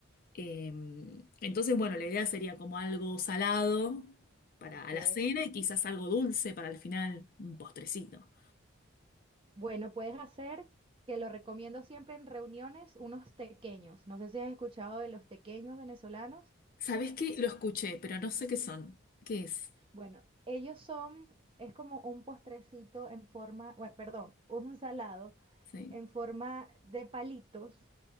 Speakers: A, on the left; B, on the right.
A: Eh, entonces, bueno, la idea sería como algo salado para
B: ok.
A: a la cena y quizás algo dulce para al final, un postrecito.
B: Bueno, puedes hacer, que lo recomiendo siempre en reuniones, unos tequeños. No sé si has escuchado de los tequeños venezolanos.
A: ¿Sabés qué? Lo escuché, pero no sé qué son. ¿Qué es?
B: Bueno, ellos son, es como un postrecito en forma, bueno, perdón, un salado
A: Sí,
B: en forma de palitos